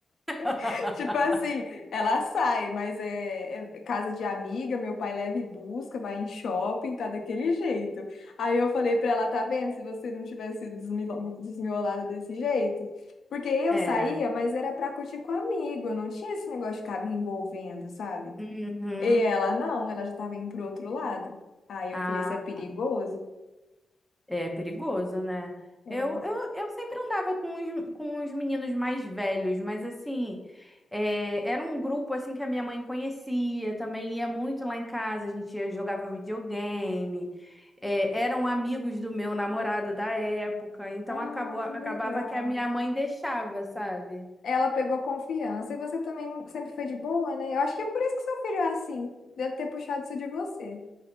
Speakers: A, in the centre; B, on the left.
A: <laughs>
B: <laughs> Tipo assim, ela sai, mas é, é casa de amiga, meu pai leva e busca, vai em shopping, tá daquele jeito. Aí eu falei pra ela, tá vendo? Se você não tivesse desmilo- desmiolada desse jeito. Porque eu
A: É.
B: saía, mas era pra curtir com amigo, eu não tinha esse negócio de ficar me envolvendo, sabe?
A: Uhum.
B: E ela, não, ela já estava indo pro outro lado. Aí
A: Ah,
B: eu falei, isso é perigoso?
A: é perigoso, né? Eu,
B: Ela,
A: eu, eu sempre andava com os, com os meninos mais velhos, mas assim, é, era um grupo assim que a minha mãe conhecia, também ia muito lá em casa, a gente ia- jogava videogame, é, eram amigos do meu namorado da época, então
B: Ah,
A: acabou, acabava
B: que legal.
A: que a minha mãe deixava, sabe?
B: Ela pegou confiança e você também não- sempre foi de boa, né? Eu acho que é por isso que seu filho é assim. Deve ter puxado isso de você.